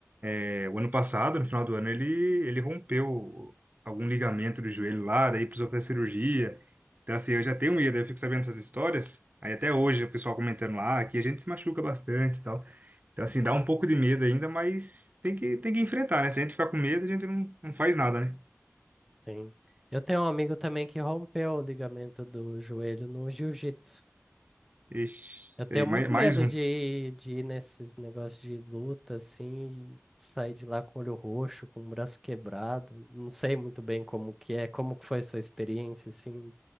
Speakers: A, on the right; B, in the centre.
A: É, O ano passado, no final do ano, ele, ele rompeu algum ligamento do joelho lá, daí precisou fazer cirurgia. Então, assim, eu já tenho medo, eu fico sabendo essas histórias. Aí até hoje o pessoal comentando lá, aqui a gente se machuca bastante e tal. Então, assim, dá um pouco de medo ainda, mas tem que, tem que enfrentar, né? Se a gente ficar com medo, a gente não, não faz nada, né?
B: Sim. Eu tenho um amigo também que rompeu o ligamento do joelho no jiu-jitsu.
A: Ixi,
B: Eu tenho
A: aí,
B: muito
A: mais, mais
B: medo
A: um.
B: de, ir- de ir nesses negócios de luta, assim, e sair de lá com o olho roxo, com o braço quebrado. Não sei muito bem como que é, como que foi sua experiência, assim,